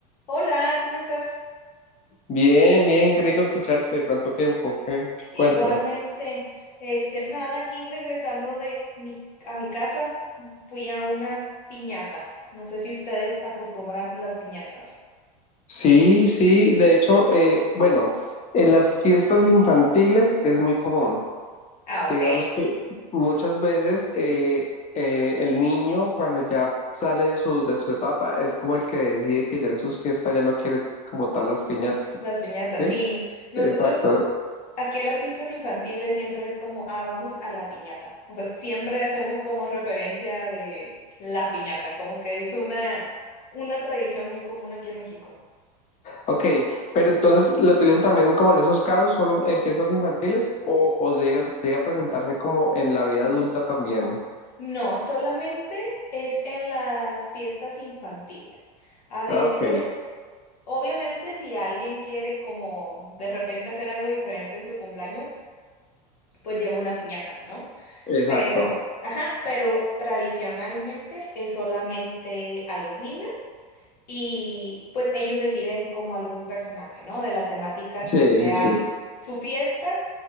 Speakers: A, on the left; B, on the left.
A: Hola, ¿cómo estás?
B: Bien, bien, qué rico escucharte. ¿Cuánto tiempo? ¿Qué, qué
A: Igualmente,
B: cuentas?
A: este, nada, aquí regresando de mi, a mi casa, fui a una piñata. No sé si ustedes acostumbran las piñatas.
B: Sí, sí, de hecho, eh, bueno, en las fiestas infantiles es muy común.
A: Ah, ok,
B: Digamos que muchas veces eh, eh, el niño cuando ya sale de su, de su etapa es como el que decide que ya en sus fiestas ya no quiere como tal las piñatas,
A: las piñatas,
B: ¿sí?
A: sí. Nosotros
B: Exacto.
A: aquí a las fiestas infantiles siempre es como, ah, vamos a la piñata. O sea, siempre hacemos como referencia de la piñata, como que es una, una tradición muy común aquí en México.
B: Ok, pero entonces la utilizan también como en esos casos, solo en fiestas infantiles o, o llega, llega a presentarse como en la vida adulta también.
A: No, solamente es en las fiestas infantiles. A veces,
B: Ah, Ok,
A: obviamente, si alguien quiere como de repente hacer algo diferente en su cumpleaños, pues lleva una piñata, ¿no?
B: exacto.
A: Pero, ajá, pero tradicionalmente es solamente a los niños y pues ellos deciden como algún personaje, ¿no? De la temática
B: Sí,
A: que sea
B: sí, sí.
A: su fiesta